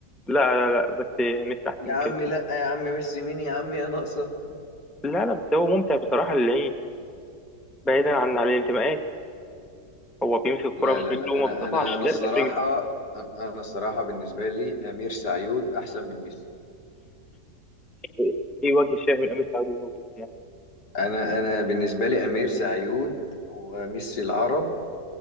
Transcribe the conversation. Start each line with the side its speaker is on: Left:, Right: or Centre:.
Centre: لا لا لا بس ميسي احسن
Left: يا
Centre: من
Left: عم
Centre: كده
Left: لا يا عم ميسي مين يا عم يا ناقصة
Centre: لا لا بس هو ممتع بصراحه للعين بعيدا عن عن الانتماءات هو بيمسك الكره
Left: لا لا
Centre: في رجله
Left: لا
Centre: وما
Left: انا
Centre: بتقطعش
Left: انا انا
Centre: لا
Left: الصراحة
Centre: في رجله
Left: انا أنا الصراحة بالنسبة لي امير سعيود احسن من ميسي
Centre: ايه إيه وجه الشاه من امير سعود وهو ميسي يعني
Left: انا انا بالنسبة لي امير سعيود هو ميسي العرب